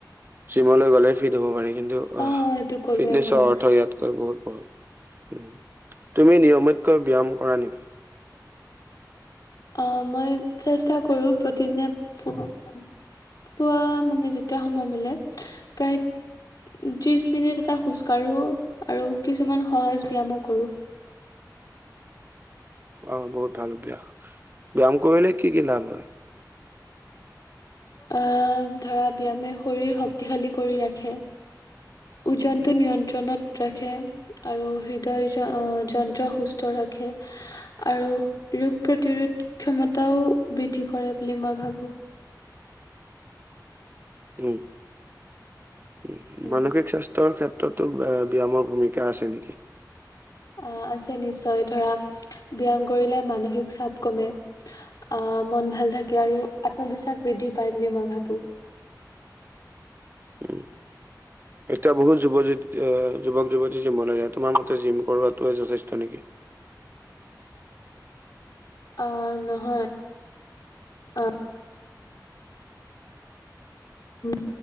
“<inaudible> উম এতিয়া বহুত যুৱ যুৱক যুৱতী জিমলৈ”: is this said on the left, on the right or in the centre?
Right